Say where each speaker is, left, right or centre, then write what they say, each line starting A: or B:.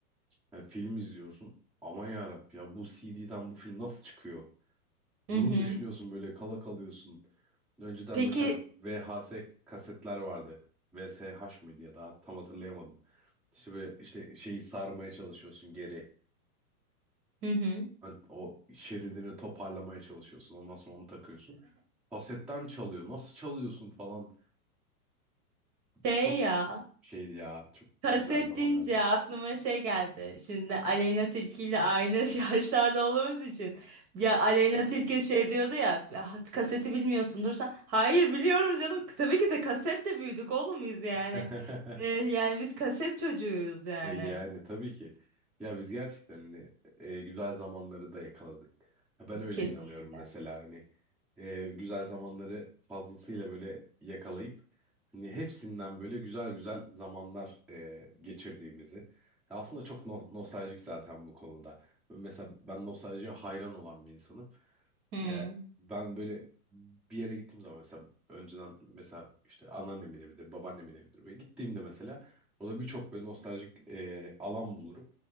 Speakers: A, in the centre; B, on the right (about 30°).
A: Yani film izliyorsun. Aman yarabbi ya bu CD'den bu film nasıl çıkıyor? Bunu
B: Hı hı.
A: düşünüyorsun böyle kala kalıyorsun. Önceden
B: Peki
A: mesela VHS kasetler vardı. VSH mıydı ya da tam hatırlayamadım. İşte böyle işte şeyi sarmaya çalışıyorsun geri.
B: hı hı.
A: Hani o şeridini toparlamaya çalışıyorsun. Ondan sonra onu takıyorsun. Kasetten çalıyor. Nasıl çalıyorsun falan.
B: Şey
A: Çok
B: ya.
A: çok şeydi ya. Çok
B: Kaset
A: güzel zamanlardı.
B: deyince aklıma şey geldi. Şimdi Aleyna Tilki ile aynı <laughs> yaşlarda olduğumuz için. Ya Aleyna Tilki şey diyordu ya "Ya kaseti bilmiyorsundur sen. Hayır biliyorum canım. Tabii ki de kasetle büyüdük oğlum biz yani.
A: <laughs>
B: Ee, yani biz kaset çocuğuyuz yani.
A: E, Yani tabii ki. Ya biz gerçekten hani, e, güzel zamanları da yakaladık. Ha, Ben öyle
B: Kesinlikle.
A: inanıyorum mesela hani e, güzel zamanları fazlasıyla böyle yakalayıp hani hepsinden böyle güzel güzel zamanlar e, geçirdiğimizi. Ya Aslında çok no- nostaljik zaten bu konuda. Mesela ben nostaljiye hayran olan bir insanım.
B: Hmm.
A: E, ben böyle bir yere gittiğim zaman mesela önceden mesela işte anneannemin evidir, babaannemin evidir. Böyle gittiğimde mesela orada birçok böyle nostaljik e, alan bulurum.